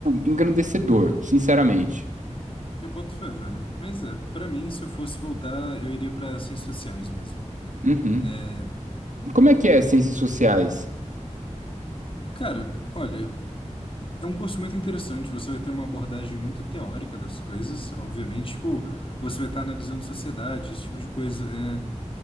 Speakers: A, on the right; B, on the left.
A: engrandecedor, sinceramente.
B: Eu boto fé, velho. Mas é, pra mim, se eu fosse voltar, eu iria pra ciências sociais mesmo.
A: Uhum.
B: É,
A: Como é que é ciências sociais?
B: cara, olha, é um curso muito interessante. Você vai ter uma abordagem muito teórica das coisas, obviamente. Tipo, você vai estar analisando sociedade, esse tipo de coisa. É,